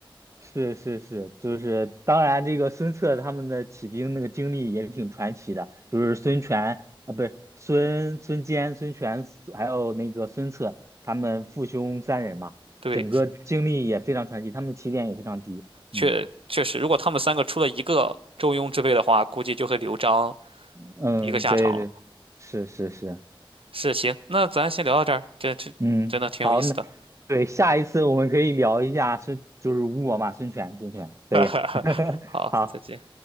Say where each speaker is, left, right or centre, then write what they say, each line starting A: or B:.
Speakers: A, on the right; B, on the right.
A: 是是是，就是当然，这个孙策他们的起兵那个经历也挺传奇的，就是孙权啊，不是孙孙坚、孙权，还有那个孙策，他们父兄三人嘛，
B: 对，
A: 整个经历也非常传奇，他们起点也非常低。
B: 确确实，
A: 嗯
B: 如果他们三个出了一个中庸之辈的话，估计就会刘璋
A: 嗯，
B: 一个下场了。
A: 对对，是是是，
B: 是，行，那咱先聊到这儿，这这真的挺有意思的。
A: 嗯，好，那对下一次我们可以聊一下孙，就是吴国嘛，孙权，孙权可以。
B: <laughs>
A: <laughs>
B: 好，
A: 好。
B: 再见。